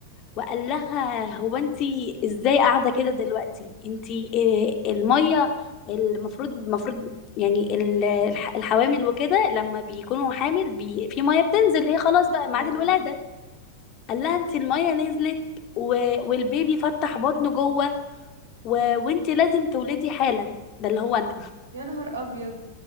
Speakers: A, on the left (about 35°); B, on the right (about 70°).
A: وقال لها هو انت ازاي قاعده كده دلوقتي انت إيه الميه المفروض المفروض يعني ال- الح- الحوامل وكده لما بيكونوا حامل بي في ميه بتنزل هي خلاص بقى
B: اه
A: ميعاد الولاده قال لها انت الميه نزلت و... والبيبي فتح بطنه جوه و... وانت لازم تولدي حالا ده اللي هو انا
B: يا نهار ابيض